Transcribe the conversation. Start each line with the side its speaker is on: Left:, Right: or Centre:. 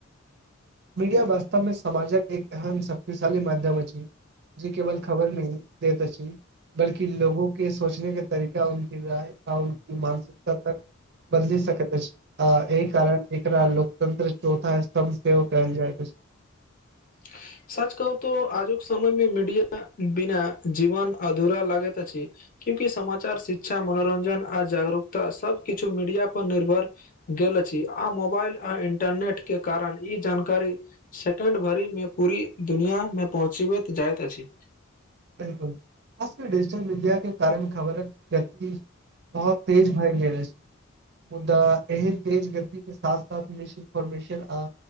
Right: मीडिया वास्तव मे समाजक एक एहम शक्तिशाली माध्यम अछि जेी केवल खबर नहि देैत छी बल्कि लोगो के सोचने के तरीका उनकी राय आ मानसिकता तक बदलि सकैत अछि एहि कारण एकरा लोकतंत्र चौथा सम सेहो ओ कहल जायत अछि
Left: ह <inaudible> सच कहू तो आजुक समय मे मीडिया बिना जीवन अधूरा लागैत अछि क्यूंकि समाचार शिक्षा मनोरंजन आ जागरूकता सब किछु मीडिया पर निर्भर गेल अछि आ मोबाइल आ इंटरनेट के कारण ई जानकारी सेकें्ड भरि मे पूरी दुनिया मे पहुँचीब जायइत अछि
Right: बिलकुल खास कर डिजिटल मीडिया के कारण खबर गति बहुत तेज भाय गेल रह छै मुदा एहन तेज गति के साथ साथ मिस इन्फोर्मेशन आ